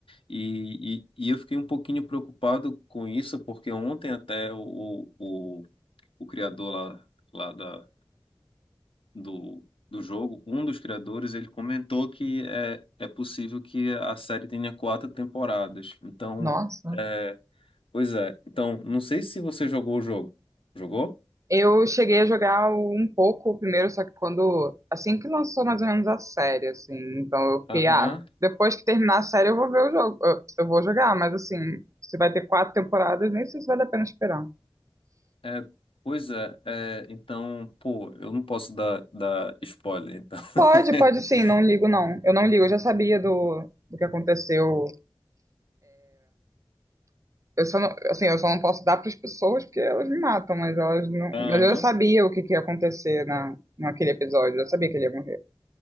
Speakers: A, on the left; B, on the right.
A: E, e, e eu fiquei um pouquinho preocupado com isso, porque ontem até o, o, o criador lá, lá da, do, do jogo, um dos criadores, ele comentou que é, é possível que a série tenha quatro temporadas. Então,
B: Nossa.
A: é, pois é. Então, não sei se você jogou o jogo. Jogou?
B: Eu cheguei a jogar o- um pouco o primeiro, só que quando. Assim que lançou mais ou menos a série, assim. Então eu fiquei,
A: Aham.
B: ah, depois que terminar a série eu vou ver o jogo. Eu, eu vou jogar, mas assim, se vai ter quatro temporadas, nem sei se vale a pena esperar.
A: É, pois é, é. Então, pô, eu não posso dar, dar spoiler, então. <laughs>
B: Pode, pode sim, não ligo não. Eu não ligo, eu já sabia do, do que aconteceu. Eu só não, assim, eu só não posso dar para as pessoas porque elas me matam, mas elas não,
A: Aham.
B: mas eu já sabia o que, que ia acontecer na, naquele episódio, eu já sabia que ele ia morrer.